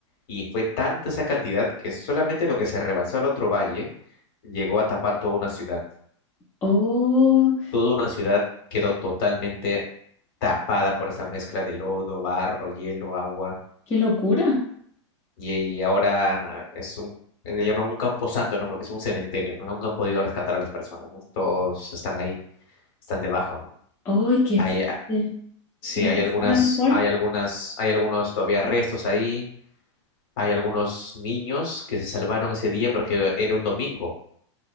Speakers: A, on the left; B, on the left.
A: y fue tanta esa cantidad que solamente lo que se rebalsó al otro valle llegó a tapar toda una ciudad.
B: Oh,
A: Toda una ciudad quedó totalmente tapada por esa mezcla de lodo, barro, hielo, agua
B: qué locura.
A: y, y ahora es un... Le llaman un camposanto, ¿no? Porque es un cementerio, ¿no? Nunca han podido rescatar a las personas, ¿no? Todos están ahí, están debajo, ¿no?
B: ¡Ay, qué
A: Hay,
B: fuerte!
A: Sí,
B: ¿No alcanzaron
A: hay algunas,
B: a evacuar?
A: hay algunas, hay algunos todavía restos ahí, hay algunos niños que se salvaron ese día porque era un domingo,